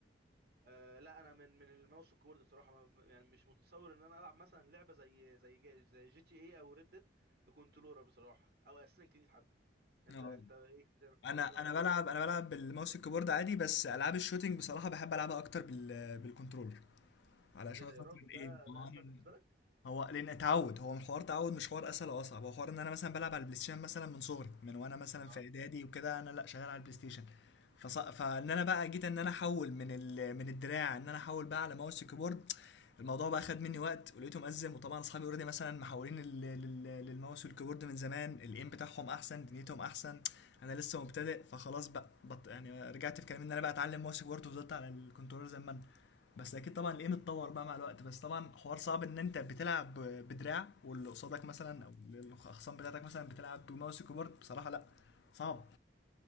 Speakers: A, on the right; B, on the left.
A: آه لا انا من من الماوس والكيبورد بصراحه ما يعني مش متصور ان انا العب مثلا لعبه زي زي جي- زي جي تي اي او ريد ديد بكنترولر بصراحه او اساسن كريد حتى انت
B: اه
A: انت ايه بتلعب,
B: انا
A: بتلعب
B: انا
A: ازاي
B: بلعب انا بلعب بالماوس الكيبورد عادي بس العاب الشوتينج بصراحه بحب العبها اكتر بال بالكنترولر علشان
A: ايه ده
B: خاطر
A: يا راجل
B: الايه
A: ده
B: ما
A: ده
B: هو
A: اسهل
B: انا
A: بالنسبه لك
B: هو لان تعود هو الحوار تعود مش حوار اسهل او اصعب هو حوار ان انا مثلا بلعب على البلاي ستيشن مثلا من صغري من وانا مثلا
A: اه
B: في اعدادي وكده انا لا شغال على البلاي ستيشن فص... فان انا بقى جيت ان انا احول من ال... من الدراع ان انا احول بقى على ماوس وكيبورد الموضوع بقى خد مني وقت ولقيته مأزم وطبعا اصحابي اوريدي مثلا محولين لل... لل... للماوس والكيبورد من زمان الايم بتاعهم احسن دنيتهم احسن انا لسه مبتدئ فخلاص بقى بط... يعني رجعت في كلامي ان انا بقى اتعلم ماوس وكيبورد وفضلت على الكنترول زي ما انا بس اكيد طبعا الايم اتطور بقى مع الوقت بس طبعا حوار صعب ان انت بتلعب ب- بدراع واللي قصادك مثلا
A: اه
B: او الاخصام بتاعتك مثلا بتلعب بماوس وكيبورد بصراحه لا صعب